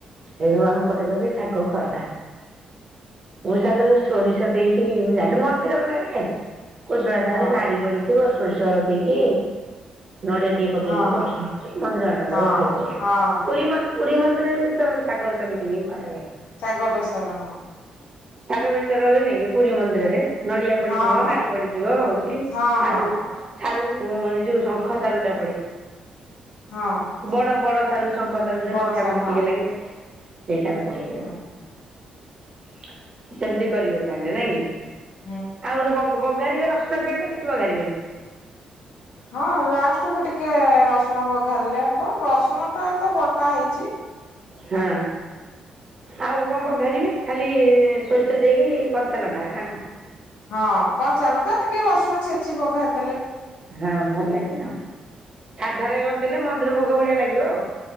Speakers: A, on the right (about 35°); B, on the left (about 80°).
A: ସେଇଆକୁ ଆମ ପଟେ କହିବେ ଶାଗ ଖରଡା। ମୁଁ ଶାଗରେ ଯୋଉ ସୋରିଷ ଦେଇକି ମୁଁ ଜାଣିନି ମନ୍ଦିର ମାନଙ୍କ ରେ ଖାଇଚି। କୋଶଳା
B: ହଁ
A: ସାଗରେ ନାଡ଼ି ପଡିଥିବ ସୋରିଷ ଦେଇକି ନଡ଼ିଆ ଟିକେ ପକେଇକି
B: ହଁ ହଁ
A: କରୁଛନ୍ତି। ମନ୍ଦିର ମାନଙ୍କରେ
B: ହଁ
A: ଖାଇଚି।
B: ହଁ ହଁ
A: ପୁରୀ ମନ୍ଦି ପୁରୀ ମନ୍ଦିରରେ ବି ତ ଶାଗ ସେମିତି ହିଁ କରାଯାଏ।
B: ଶାଗ ବେଶର ହଁ।
A: ଶାଗ ବେସର ବି <unintelligible> ପୁରୀ ମନ୍ଦିରରେ ନଡିଆ ପଡି
B: ହଁ
A: ଥିବ
B: ହଁ
A: ନାଡି ପଡିଯିବ ହଉଚି
B: ହଁ
A: ସାରୁ
B: ହଁ ହଁ
A: ସାରୁ ଯୋଉ ଶଙ୍ଖ ସାରୁ ଟା ପଡେ।
B: ହଁ।
A: ବଡ ବଡ ସାରୁ ଶଙ୍ଖ ସାରୁ ଯୋଉରା
B: ବଡ
A: ମିଠା
B: ସାର୍
A: ମିଠା ଟିକେ ଲାଗେ। ସେଇ ସାରୁ ପଡିକି
B: ହଁ।
A: ହୁଏ। ସେମିତି କରିବେ ତାହେଲେ ନାଇଁ କି?
B: ହୁଁ।
A: ଆଉ ରୁ ବଗ୍ ବଘାରିବେ ରସୁଣ ପିଆଜ କିଛି ବଗାରିବେନି?
B: ହଁ ଲାଷ୍ଟକୁ ଟି କେ ରସୁଣ ବଘାରିଲେ ହବ। ରସୁଣ ଟା ତ ବଟା ହେଇଚି।
A: ହଁ ଆଉ କଣ ବଘାରିବେ ଖାଲି ସୋରିଷ ଦେଇକି କଞ୍ଚା ଲଙ୍କା ନା କଣ?
B: ହଁ। କଞ୍ଚା ଲଙ୍କା ଟିକେ ରସୁଣ ଛେଚି ବଘାରୁ।
A: ହଁ ଭଲ ଲାଗେ ଆଉ। ସାଧାରେ କରିଦେଲେ ମନ୍ଦିର ଭୋଗ ଭଳିଆ ଲାଗିବ ଆଉ।